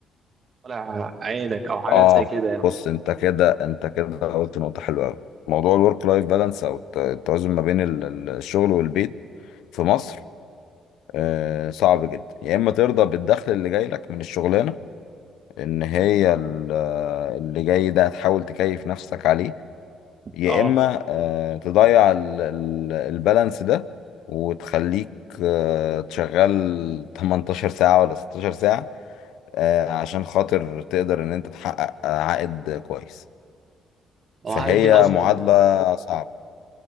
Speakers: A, on the right; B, on the left.
A: طالع عينك أو حاجات
B: اه
A: زي كده يعني
B: بص انت كده انت كده قلت نقطة حلوة قوي موضوع الورك لايف بالانس او الت- التوازن ما بين ال- ال- الشغل والبيت في مصر آه صعب جدا يا اما ترضى بالدخل اللي جاي لك من الشغلانة ان هي ال- آه، اللي جاي ده هتحاول تكيف نفسك عليه يا
A: اه
B: اما آه تضيع ال- ال- البالانس ده وتخليك آه تشغل <laughs> 18 ساعة ولا 16 ساعة آه عشان خاطر تقدر ان انت تحقق آه، عائد كويس
A: وهل
B: فهي
A: في أصلا
B: معادلة صعبة